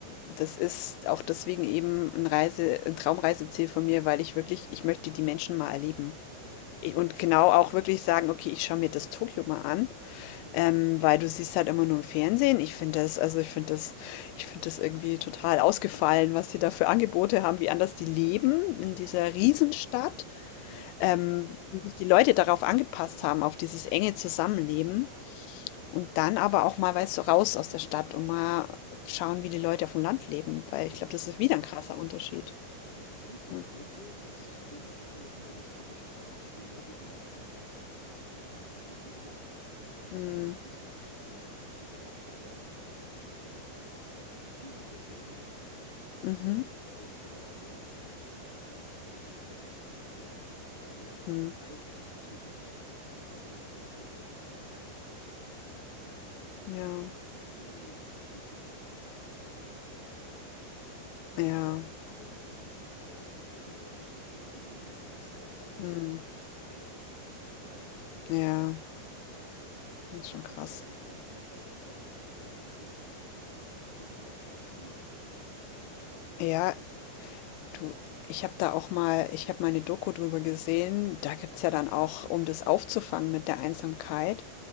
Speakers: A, on the left; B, on the right.
A: das ist auch deswegen eben ein Reise, ein Traumreiseziel von mir, weil ich wirklich, ich möchte die Menschen mal erleben.
B: ja,
A: Ich- Und genau auch wirklich sagen, okay, ich schaue mir das Tokio mal an,
B: mhm.
A: ähm, weil du siehst halt immer nur im Fernsehen. Ich finde das, also ich finde das, ich finde das irgendwie total ausgefallen, was die da für Angebote haben, wie anders die leben in
B: Ja,
A: dieser Riesenstadt,
B: definitiv. Ja,
A: ähm, wie sich die Leute darauf angepasst haben, auf dieses enge Zusammenleben. Und dann aber auch mal, weißt du, raus aus der Stadt und mal schauen, wie die Leute auf dem Land leben, weil
B: ja.
A: ich glaube, das ist wieder ein krasser Unterschied.
B: Das Ding ist in
A: Ja.
B: Tokio, es ist komisch. Ich finde, es ist eine dystopische Stadt. Die Leute sind einerseits richtig einsam und in sich gekehrt, aber dann
A: Mhm.
B: wiederum siehst du, hast du da auch diese offenen Leute, die halt, sag ich mal, viel mit dir reden.
A: Mhm.
B: Ich glaube, ja, weil es einfach so eine große Stadt ist, hast du einfach alles. Aber ja,
A: Mhm.
B: weil es eine zu große Stadt ist, verfallen da sehr viele Leute einfach auch in Einsamkeit. Und
A: Ja,
B: ich meine, die Suizidrate in Japan ist ja eh unnormal hoch.
A: ja,
B: Das hat ja auch einen Grund. Ich meine, die Arbeitskultur, die Kultur, wie die leben, ist ja dafür ausgerichtet,
A: mhm.
B: schon alleine zu sein. Die arbeiten ja zehn
A: Ja,
B: Stunden am Tag, die treffen
A: das ist schon
B: kaum
A: krass.
B: Leute. Ich meine, deren Freundeskreise basiert immer noch auf der Schule, glaube ich. Oder halt.
A: Ja,
B: Ja,
A: du, ich habe da auch mal, ich habe mal eine Doku drüber gesehen. Da gibt es ja dann auch, um das aufzufangen mit der Einsamkeit,